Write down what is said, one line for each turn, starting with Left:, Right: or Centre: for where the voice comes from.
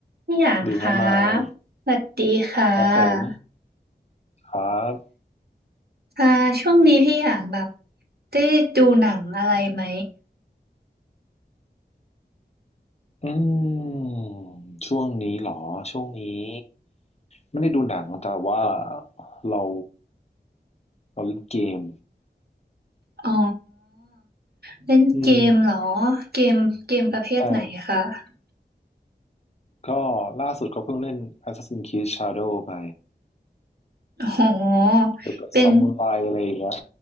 Right: พี่หยางคะ
Left: ดีครับมาย
Right: สวัสดีค่ะ
Left: ครับผมครับ
Right: ค่ะช่วงนี้พี่หยางแบบได้ดูหนังอะไรไหม
Left: อืมช่วงนี้เหรอช่วงนี้ไม่ได้ดูหนังแต่ว่าเราเราเล่นเกม
Right: อ๋อเล่นเกมเหรอ
Left: อืม
Right: เกมเกมประเภทไหนคะ
Left: ใช่ก็ล่าสุดก็เพิ่งเล่น Assassin's Creed Shadow ไป
Right: อ๋อ
Left: แล้วก็ซามูไรอะไรอย่างเงี้ย
Right: เป็น